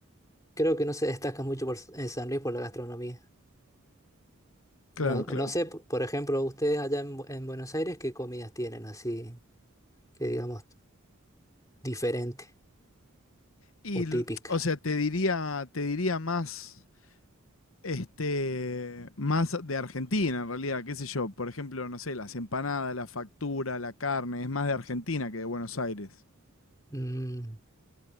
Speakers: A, on the left; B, on the left.
A: creo que no se destaca mucho por, en San Luis por la gastronomía.
B: Claro,
A: No, no
B: claro.
A: sé, p- por ejemplo, ustedes allá en, Bu- en Buenos Aires, ¿qué comidas tienen así? Que digamos, diferente
B: Y,
A: o
B: l-
A: típica.
B: o sea, te diría, te diría más este, más de Argentina en realidad, qué sé yo, por ejemplo, no sé, las empanadas, la factura, la carne, es más de Argentina que de Buenos Aires.
A: Mm,